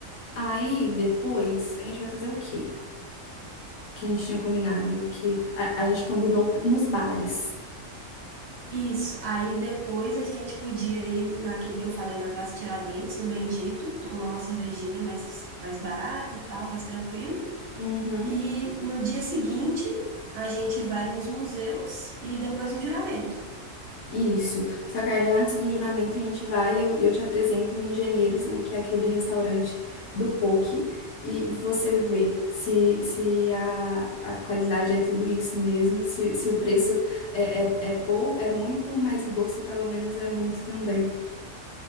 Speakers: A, on the left; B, on the right.
A: Aí, depois, a gente vai fazer o quê? Que a gente tinha combinado, que a, a gente combinou nos bares.
B: Isso. Aí depois a gente podia ir naquele que eu falei na Praça Tiradentes, no Bendito, tomar uma cervejinha mais, mais barata e tal, mais tranquilo.
A: Uhum.
B: E no dia seguinte a gente vai nos museus e depois no juramento.
A: Isso. Só que aí, antes do juramento, a gente vai e eu, eu te apresento o Engenheiros, né? Que é aquele restaurante do poke. E você vê se, se a, a qualidade é tudo isso mesmo, se, se o preço é, é, é, pou, é muito, mas o gosto, pelo menos, é muito também.